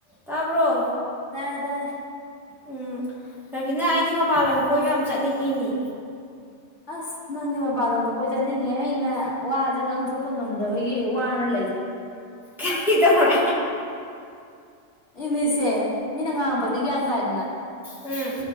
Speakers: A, in the centre; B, on the left.
A: ꯇꯥꯕꯣ
B: ꯇꯥꯔꯦ ꯇꯥꯔꯦ
A: ꯎꯝ ꯔꯕꯤꯅꯥ ꯑꯩꯗꯤ ꯃꯄꯥꯜ ꯂꯝ ꯀꯣꯏꯕ ꯌꯥꯝ ꯆꯠꯅꯤꯡꯉꯤ ꯃꯤ
B: ꯑꯁ ꯅꯪꯕꯕꯥꯔꯅ ꯀꯣꯏ ꯆꯠꯅꯤꯡꯉꯦ ꯑꯩꯅ ꯋꯥꯁꯦ ꯉꯥꯡꯊꯣꯛꯄ ꯉ ꯐꯟꯗꯕꯒꯤ ꯋꯥꯅ ꯂꯩ
A: ꯀꯩꯗꯧꯦ
B: ꯏꯪꯂꯤꯁꯁꯦ ꯃꯤꯅ ꯉꯥꯡꯉꯛꯄꯗꯤ ꯒ꯭ꯌꯥꯟ ꯇꯥꯏꯗꯅ
A: ꯎꯝ